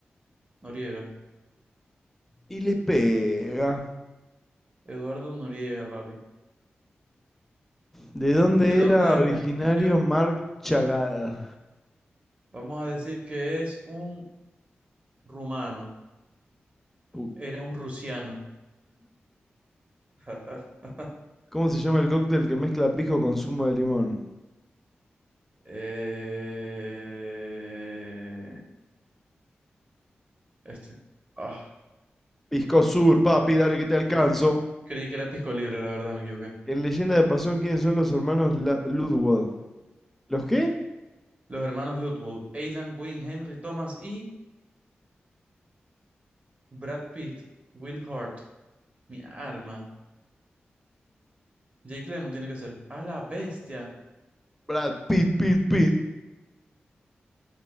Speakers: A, on the right; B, in the centre.
A: Noriega.
B: y le pega.
A: Eduardo Noriega, papi.
B: ¿De dónde
A: ¿De dónde
B: era originario
A: es originario?
B: Mark Chagall?
A: Vamos a decir que es un rumano.
B: Put-
A: Era un rusiano. <laughs>
B: ¿Cómo se llama el cóctel que mezcla pisco con zumo de limón?
A: Eh, Este. Ah,
B: Pisco Sur, papi, dale que te
A: yo
B: alcanzo.
A: creí que era Pisco Libre, la verdad, me equivoqué.
B: En Leyenda de Pasión, ¿quiénes son los hermanos La- Ludwig? ¿Los qué?
A: Los hermanos Ludwig, Aidan Quinn, Henry Thomas y Brad Pitt, Will Hurt, mi arma. Jake Lemmon tiene que ser. A la bestia.
B: Brad Pitt, Pitt, Pitt.